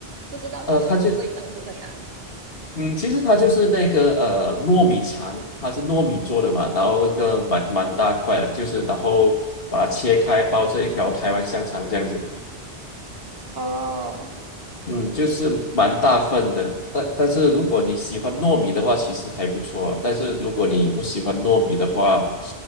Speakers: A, on the right (about 70°); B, on the left (about 65°).
A: 不知道它的味道是怎样。
B: 呃，它就嗯，其实它就是那个呃糯米肠，它是糯米做的嘛，然后一个蛮蛮大块的，就是然后把它切开，包着一条台湾香肠这样子。
A: 哦，
B: 嗯，
A: 嗯，
B: 就是蛮大份的，但但是如果你喜欢糯米的话，其实还不错啊但是如果你不喜欢糯米的话，